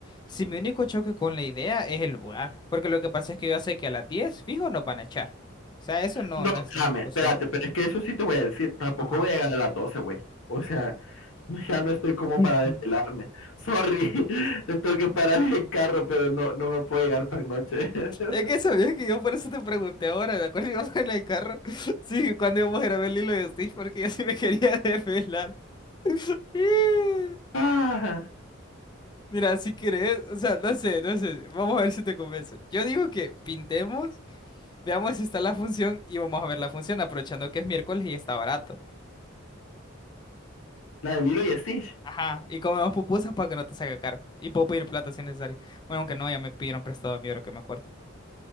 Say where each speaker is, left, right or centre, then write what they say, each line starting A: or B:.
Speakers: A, on the left; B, on the left.
A: Si mi único choque con la idea es el lugar, porque lo que pasa es que yo sé que a las 10 fijo, nos van a echar. O sea, eso no,
B: No,
A: no
B: espérame,
A: está en discusión.
B: espérate, pero es que eso sí te voy a decir, tampoco
A: Ajá.
B: voy a llegar a las 12, güey. O sea, no- ya no estoy como
A: <laughs>
B: para desvelarme. Sorry, <laughs> te tengo que parar el carro, pero no, no me puedo llegar tan noche. <laughs>
A: Es que sabías que yo por eso te pregunté ahora, ¿de acuerdo? <laughs> Íbamos en el carro. <laughs> Sí, cuando íbamos a grabar el hilo de Stitch, porque yo sí me quería desvelar. <laughs>
B: Ah,
A: Mira, si querés, o sea, no sé, no sé, vamos a ver si te convenzo. Yo digo que pintemos, veamos si está la función y vamos a ver la función, aprovechando que es miércoles y está barato.
B: la de Lilo y Stitch.
A: Ajá, y comemos pupusas para que no te salga caro. Y puedo pedir plata si es necesario. Bueno, aunque no, ya me pidieron prestado a mí, ahora que me acuerdo.